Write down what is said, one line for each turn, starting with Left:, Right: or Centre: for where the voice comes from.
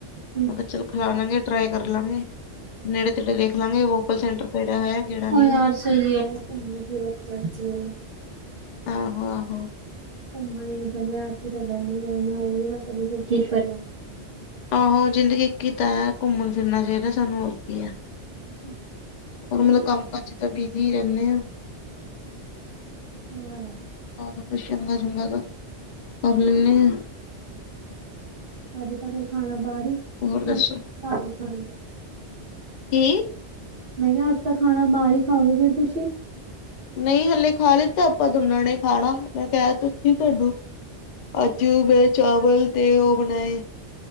Right: ਹੂੰ
Left: ਮੈਂ ਕੇਆ ਚਲੋ। ਖਿਲਾ ਲਾਂਗੇ ਟਰਾਈ ਕਰ ਲਾਂਗੇ ਨੇੜੇ ਤੇੜੇ ਦੇਖ ਲਾਂਗੇ ਵੋਕਲ ਸੈਂਟਰ ਕਿਹੜਾ ਹੈ ਕਿਹੜਾ ਨਹੀਂ
Right: ਉਹ ਯਾਰ
Left: ਹੈ।
Right: ਸਹੀ ਐ ਘੁੰਮੋ ਫਿਰੋ ਖਾਓ ਪਿਉ।
Left: ਆਹੋ-ਆਹੋ।
Right: ਘੁੰਮਣ ਈ ਏਦਾਂ ਗਿਆ ਐਰਕੀ ਤਾਂ ਗਰਮੀ ਬੜੀ ਹੋ ਵੀ ਨਾ ਕਦੀ ਫਿਰ ਚਿੱਲ ਕਰਿਆ।
Left: ਆਹੋ ਜ਼ਿੰਦਗੀ ਇੱਕ ਈ ਤਾਂ ਐ, ਘੁੰਮਣ ਫਿਰਨਾ ਚਾਹੀਦਾ ਸਾਨੂੰ ਹੋਰ ਕੀ ਹੈ।
Right: ਹੂੰ।
Left: ਹੋਰ ਮਤਲਬ ਕੰਮ ਕਾਜ ਤਾਂ ਬਿਜੀ ਰਹਿੰਦੇ ਆ
Right: ਹਾਂ ਯਾਰ
Left: ਬਹੋਤ ਕੁਛ ਚੰਗਾ-ਚੰਗਾ ਤਾਂ, ਕਰ ਲੈਂਣੇ ਆ।
Right: ਅੱਜ ਤਾਂ ਫਿਰ ਖਾਣਾ ਬਾਹਰ ਈ?
Left: ਹੋਰ ਦੱਸੋ
Right: ਯਾ ਕਾਰ ਈ ਖਾਣਾ?
Left: ਕੀ?
Right: ਮੈਂ ਕੇਆ ਅੱਜ ਤਾਂ ਖਾਣਾ ਬਾਹਰ ਈ ਖਾਓਗੇ ਫੇਰ ਤੁਸੀਂ?
Left: ਨਈ ਹਲੇ ਖਾ ਲਿੱਤਾ ਆਪਾਂ ਦੋਣੋ ਨੇ ਖਾਣਾ। ਮੈਂ ਕਿਹਾ ਤਾਂ ਸੀ ਤੁਆਨੂੰ। ਅੱਜ ਮੈਂ ਚਾਵਲ ਤੇ ਉਹ ਬਣਾਏ